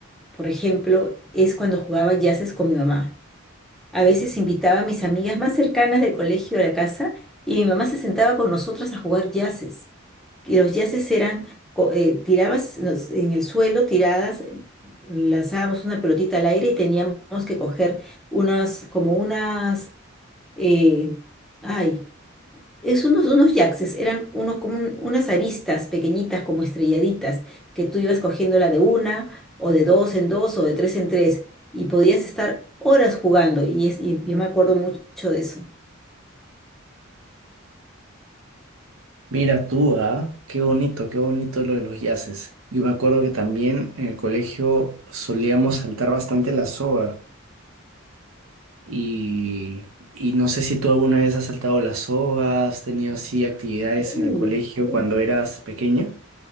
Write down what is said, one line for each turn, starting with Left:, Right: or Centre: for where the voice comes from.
Centre: por ejemplo, es cuando jugaba jazzes con mi mamá. A veces invitaba a mis amigas más cercanas del colegio a la casa y mi mamá se sentaba con nosotras a jugar jazzes y los yaces eran, co- eh, tirabas nos- en el suelo, tiradas, lanzábamos una pelotita al aire y teníamos que coger unas, como unas, eh, ay, es unos, unos yaces, eran unos como un- unas aristas pequeñitas, como estrelladitas, que tú ibas cogiéndola de una, o de dos en dos, o de tres en tres, y podías estar horas jugando, y, es, y yo me acuerdo mucho de eso.
Right: Mira tú, ah, qué bonito, qué bonito lo de los yaces. Yo me acuerdo que también en el colegio solíamos saltar bastante la soga. Y, y no sé si tú alguna vez has saltado las sogas, has tenido así actividades
Centre: Mm,
Right: en el colegio
Centre: mm.
Right: cuando eras pequeña.